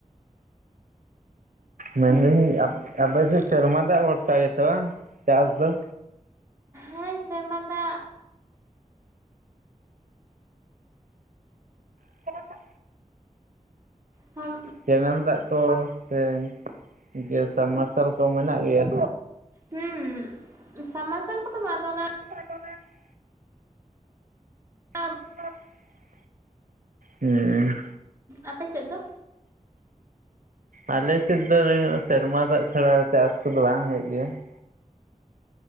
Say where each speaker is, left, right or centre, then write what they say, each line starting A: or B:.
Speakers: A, on the right; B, on the right.
A: ᱢᱮᱱᱫᱟᱹᱧ ᱟᱯᱮ ᱟᱯᱮ ᱥᱮᱫ ᱥᱮᱨᱢᱟ ᱫᱟᱜ ᱵᱷᱚᱨᱥᱟ ᱜᱮᱥᱮ ᱵᱟᱝ ᱪᱟᱥ ᱫᱚ?
B: ᱦᱮᱸ ᱥᱮᱨᱢᱟ ᱫᱟᱜ
A: <unintelligible>
B: ᱦᱚᱢ
A: ᱠᱮᱱᱮᱞ ᱫᱟᱜ ᱠᱚ ᱥᱮ ᱜᱮ ᱥᱟᱵᱢᱟᱨᱥᱟᱞ ᱠᱚ ᱢᱮᱱᱟᱜ ᱜᱮᱭᱟ?
B: ᱦᱩᱸᱢ ᱥᱟᱵᱢᱟᱨᱥᱟᱞ ᱠᱚᱫᱚ ᱵᱟᱝ ᱟᱫᱚ ᱚᱱᱟ
A: <inaudible>
B: <unintelligible>
A: <unintelligible> ᱦᱩᱸ ᱾
B: ᱟᱯᱮ ᱥᱮᱫ ᱫᱚ?
A: ᱟᱞᱮ ᱥᱮᱫ ᱫᱚ ᱦᱩᱭᱩᱜ ᱥᱮᱨᱢᱟ ᱫᱟᱜ ᱪᱷᱟᱲᱟ ᱪᱟᱥ ᱠᱚᱫᱚ ᱵᱟᱝ ᱦᱩᱭᱩᱜ ᱜᱮᱭᱟ ᱾